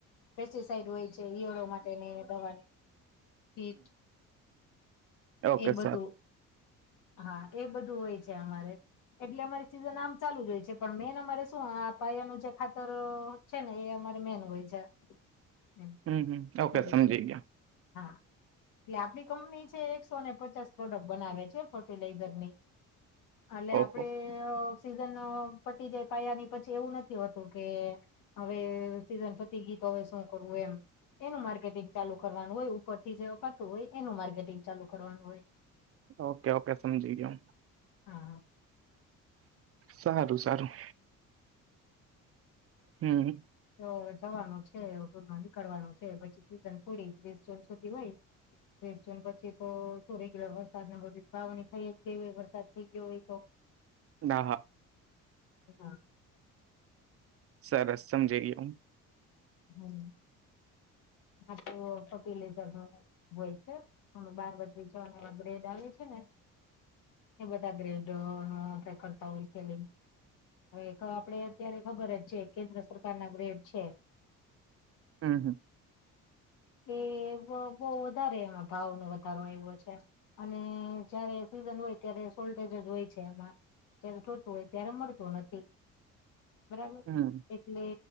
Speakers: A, on the left; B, on the right.
A: પેસ્ટિસાઈડ
B: હમ
A: હોય છે ઈયરો માટે ની દવા કીટ
B: ઓકે
A: એ બધું
B: સા
A: હા એ બધું હોય છે અમારે એટલે અમારી સીઝન આમ ચાલુ જ હોય છે, પણ મેન અમારે શું આ પાયાનું જે ખાતરો છે ને એ અમારે મેન હોય છે એમ
B: હમ હમ ઓકે
A: એ રીતે
B: સમજી ગયા
A: હા એટલે આપણી કંપની જ એક સોને પચાસ પ્રોડક્ટ બનાવે છે હં ફર્ટિલાઈઝરની. આટલે
B: ઓહો
A: આપડે અ સીઝન પતી જાય પાયાની પછી એવું નથી હોતું, કે હવે સીઝન પ તી ગઈ તો હવે શું કરવું એમ, એનું માર્કેટિંગ ચાલુ. કરવાનું હોય ઉપરથી જે અપાતું હોય, એનું માર્કેટિંગ ચાલુ. કરવાનું હોય.
B: ઓકે, ઓકે, સમજી ગ્યો.
A: હા
B: સારું સારું. હમ્મ.
A: તો હવે જવાનું છે, ટૂરમાં નીકળવાનું છે, પછી સીઝન પૂરી ત્રીસ જૂન સુધી હોય, ત્રીસ જૂન પછી તો શું રેગ્યુલર વ રસાદ ને બધી વાવણી થઈ ય જ ગઈ હોય, વરસાદ થઈ ગ્યો હોય તો.
B: ના, હા
A: હા.
B: સરસ, સમજી ગ્યો હું.
A: હમ આ તો ફર્ટિલાઈઝર નો હોય છે, <unintelligible> એવા ગ્રેડ આવે છે ને. એ બધા ગ્રેડનું આપડે કરતા હોય સેલિંગ. હવે એ તો આપડે અત્યારે ખબર જ. છે, કેન્દ્ર સરકાર ના ગ્રેડ છે.
B: હમ્મ હમ્મ.
A: એ બ બહુ વધારે એમાં ભાવનો વધારો આયવો છે, અને જયારે સીઝન હોય ત્યારે સોલ્ટેજ જ હોય છે એમાં જ્યારે ટુ હોય ત્યારે મળતું નથી. બરાબર,
B: હમ
A: એટલે.